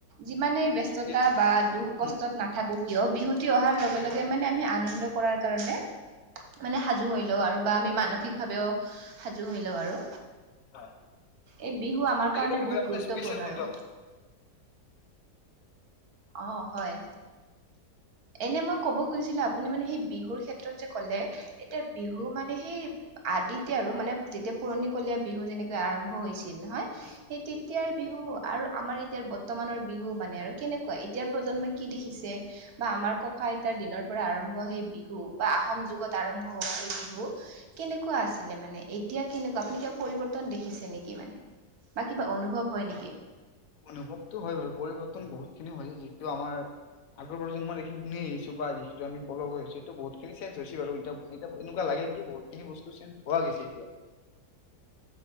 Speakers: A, on the right; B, on the left.
A: যিমানেই
B: অ
A: ব্যস্ততা
B: বিহু দিয়া
A: বা দুখ
B: উম
A: কষ্ট
B: উম
A: নাথাকো কিয় বিহুতি অহাৰ লগে লগে মানে আমি আনন্দ কৰাৰ কাৰণে
B: উম
A: মান সাজু হৈ লওঁ আৰু বা আমি মানসিকভাৱেও সাজু হৈ লওঁ আৰু।
B: হয়
A: এই বিহু আমাৰ
B: গোটেইকেইটা
A: কাৰণে
B: বিহুৰ
A: বহুত
B: আপোনাৰ
A: গুৰুত্বপূৰ্ণ
B: স্পেচিয়েল কোনটো
A: আৰু
B: আপোনাৰ?
A: অ', হয়। এনে মই ক'ব খুজিছিলো আপুনি মানে সেই বিহুৰ ক্ষেত্ৰত যে কলে এতিয়া বিহু মানে সেই আদিতে আৰু মানে যেতিয়া পুৰণিকলীয়া বিহু যেনেকৈ আৰম্ভ হৈছিল হয়
B: উম
A: সেই এতিয়াৰ বিহু আৰু আমাৰ এতিয়য়া বৰ্তমানৰ বিহু মানে আৰু কেনেকুৱা এতিয়াৰ প্ৰজন্মই কি দেখিছে বা আমাৰ ককা আইতাৰ দিনৰ পৰা আৰম্ভ সেই বিহু বা আহোম যুগত আৰম্ভ হোৱা সেই বিহু কেনেকুৱা আছিলে মানে এতিয়া কেনেকুৱা আপুনি কিবা পৰিৱৰ্তন দেখিছে নেকি মানে। বা কিবা অনুভৱ হয় নেকি।
B: অনুভৱতটো হয় বাৰু পৰিৱৰ্তন বহুতখিনি হয় যিটো আমাৰ আগৰ প্ৰজন্মই দেখি শুনি আহিছো বা যিহেত আমি ফল কৰি আছো এই বহুতিন চেঞ্জ হৈছে বাৰু এতি এতিয়া এনেুৱা লাগে কি বহুত সেই বস্তু চেঞ্জ হোৱা গৈছে এতিয়া।